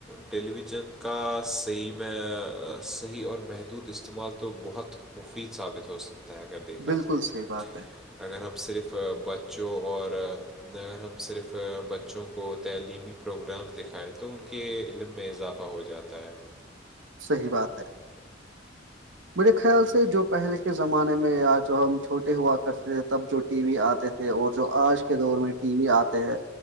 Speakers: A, in the centre; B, on the right.
A: ٹیلی ویژن کا صحیح میں صحیح اور محدود اس استعمال تو بہت مفید ثابت ہو سکتا ہے اگر دیکھا
B: بالکل
A: جائے
B: صحیح بات ہے
A: اگر ہم صرف بچوں اور اگر ہم صرف بچوں کو تعلیمی پروگرامس دکھائے تو ان کے علم میں اضافہ ہو جاتا ہے
B: صحی بات ہے میرے خیال سے جو پہلے کے زمانے میں یا جو ہم چھوٹے ہوا کرتے تھے تب جو ٹی وی آتے تھے اور جو آج کے دور میں ٹی وی آتے ہیں